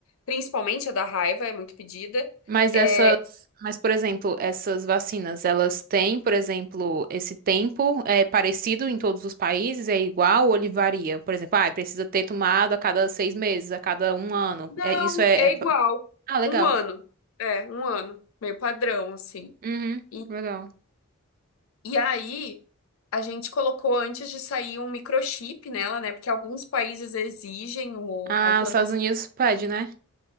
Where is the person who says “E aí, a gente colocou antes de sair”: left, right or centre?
Left